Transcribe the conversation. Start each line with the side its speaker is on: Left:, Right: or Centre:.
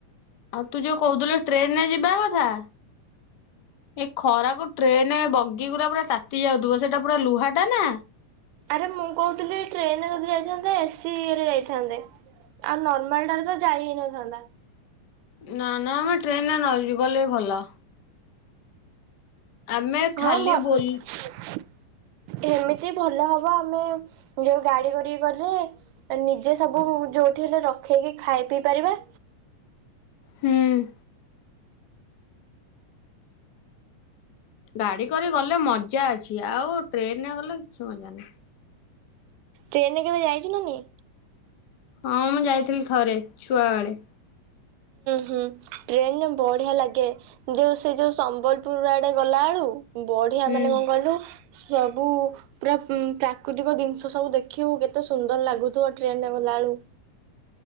Left: ଆଉ ତୁ ଯୋଉ କହୁଥୁଲୁ ଟ୍ରେନରେ ଯିବା କଥା। ଏଇ ଖରାକୁ ଟ୍ରେନ ବଗିଗୁରା ପୁରା ତାତି ଯାଉଥିବ ସେଇଟା ପୁରା ଲୁହାଟା ନା।
Right: ଆରେ ମୁଁ କହୁଥିଲି ଟ୍ରେନରେ ଯଦି ଯାଇଥାନ୍ତେ ଏସିି ଇଏରେ ଯାଇଥାନ୍ତେ। ଆଉ ନର୍ମାଲଟାରେ ତ ଯାଇ ହେଇନଥାନ୍ତା।
Left: ନା ନା ଆମେ ଟ୍ରେନରେ ନଗଲେ ବି ଭଲ। ଆମେ
Right: କଣ
Left: ଖାଲି
Right: ଭଲ।
Left: ବୋଲ
Right: ଏମିତି ଭଲ ହବ ଆମେ ଯୋଉ ଗାଡି କରିକି ଗଲେ। ନିଜେ ସବୁ ଯଉଠି ହେଲେ ରଖେଇକି ଖାଇ ପିଇ ପାରିବା।
Left: ହ୍ନୁ। ଗାଡ଼ି କରିକି ଗଲେ ମଜା ଅଛି ଆଉ ଟ୍ରେନରେ ଗଲେ କିଛି ମଜା ନାହିଁ।
Right: ଟ୍ରେନ୍ କେବେ ଯାଇଛୁ ନା ନାହିଁ।
Left: ହଁ ମୁଁ ଯାଇଥିଲି ଥରେ ଛୁଆବେଳେ।
Right: ହୁଁ ଟ୍ରେନରେ ବଢ଼ିଆ ଲାଗେ। ଯୋଉ ସେ ଯୋଉ ସମ୍ବଲପୁର ଆଡେ ଗଲାବେଳୁ ବଢିଆ
Left: ହୁଁ।
Right: ମାନେ କଣକହିଲୁ। ସବୁ। ପୁରା ପ୍ରାକୃତିକ ଜିନିଷ ସବୁ ଦେଖିବୁ କେତେ ସୁନ୍ଦର ଲାଗୁଥିବ ଟ୍ରେନରେ ଗଲାବେଳୁକୁ।